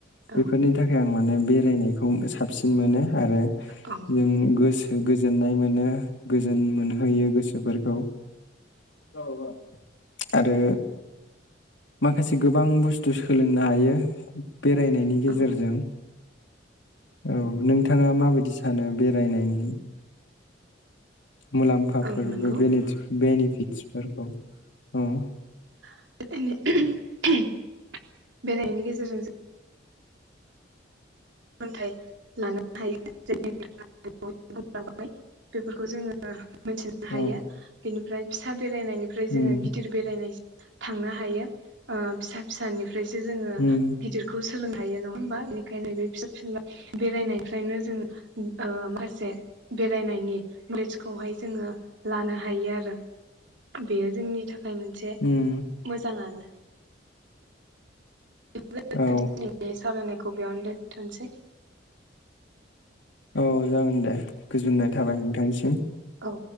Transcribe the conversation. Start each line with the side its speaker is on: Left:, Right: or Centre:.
Left: बेफोरनि
Right: औ
Left: थाखाय आं माने बेरायनायखौ साबसिन मोनो आरो।
Right: औ
Left: नों गोस गोजोननाय मोनो गोजोन मोनहोयो गोसोफोरखौ। <unintelligible> आरो माखासे गोबां बुस्थु सोलोंनो हायो। बेरायनायनि गेजेरजों
Right: औ
Left: औ नोंथां थाङा माबायदि सानो बेरायनायनि मुलाम्फाफोरबो
Right: औ नंगौ
Left: बेनिटस बेनिफिटसफोरखौ अ
Right: <unintelligible> बेरायनायनि गेजेरजों जों सोलोंथाइ लानो हायो जेरै नोंथाङा <inaudible> बुंलांबाय बेफोरखौ जोङो। मोनथिनो हायो
Left: औ
Right: बेनिफ्राय फिसा बेरायनायनिफ्राय
Left: उम
Right: जोङो गिदिर बेरायनायसि थांनो हायो ओ फिसा फिसानि फ्रायसो जोङो
Left: उम
Right: गिदिरखौ सा सोलोंनो हायो नङा होमबा बेनिखायनो बे फिसा फिनला बेरायनायफ्रायनो जोङो ओ माखासे बेरायनायनि नलेस खौहाय जोङो लानो हायो आरो बेयो जोंनि थाखा खाय मोनसे
Left: उम
Right: मोजाङानो। <unintelligible>
Left: औ
Right: सावरायनाय खौ बियावनो दोनथोनसै।
Left: औ जागोन दे गोजोननाय थाबाय नोंथांनिसिम।
Right: औ।